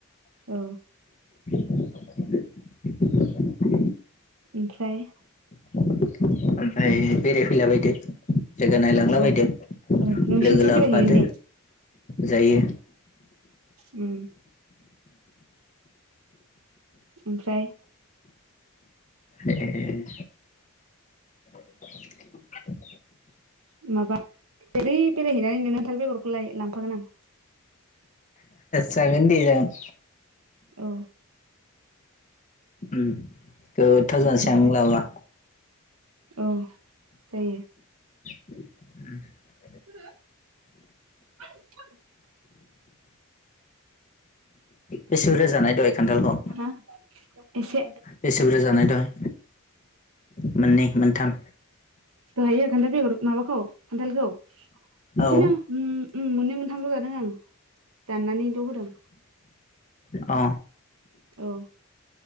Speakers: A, on the right; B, on the left.
A: औ
B: <inaudible>
A: ओमफ्राय
B: ओमफ्राय बेराय फैला बायदो। जायगा नायलांला
A: औ
B: बायदो
A: औ नोंसिनिथिं
B: लोगो लाबोफादो
A: बेरायहैगोन दे
B: जायो।
A: उम ओमफ्राय
B: ए <inaudible>
A: माबा ओरै बेरायहैनानै नों खानथाल बेगरखौ लाय लांफागोन आं।
B: जागोन दे जागोन।
A: औ
B: उम गोथाव जानोसै
A: ओमफ्राय
B: आं नों लाबो
A: औ जायो।
B: <inaudible>
A: <inaudible>
B: बेसे बुरजा जानाय दहाय खान्थालखौ
A: हा एसे
B: बेसे बुरजा जानाय दहाय? मोननै मोनथाम
A: दहायो खान्थाल बेगर माबाखौ खान्थालखौ। बिदिनो
B: औ
A: उम्म मोननै मोनथामल जादों आं दाननानैल होदों।
B: अ
A: औ।